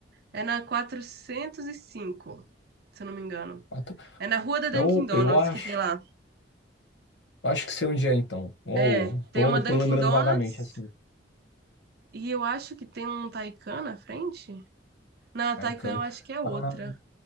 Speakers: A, on the right; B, on the left.
A: É na 405 se eu não me engano.
B: Ah, tá.
A: É na Rua da Dunkin'
B: Eu,
A: Donuts
B: eu acho.
A: que tem lá.
B: Acho que sei onde é, então. Ou
A: É, tem
B: tô,
A: uma Dunkin'
B: tô lembrando
A: Donuts
B: vagamente, assim.
A: e eu acho que tem um Taycan na frente. Na
B: Ai,
A: Taycan
B: can-
A: eu acho que é outra.
B: Ah,